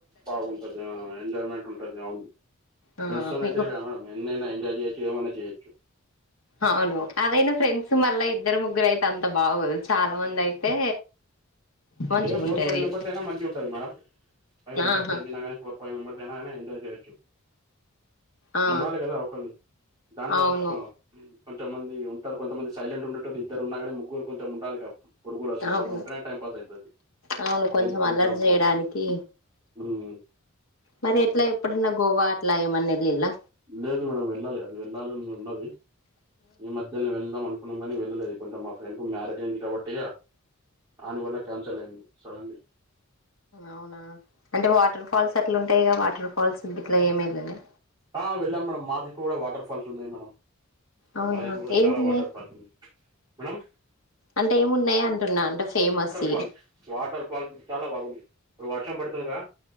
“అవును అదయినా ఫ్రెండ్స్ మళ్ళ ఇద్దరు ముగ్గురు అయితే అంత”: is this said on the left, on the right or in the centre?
Left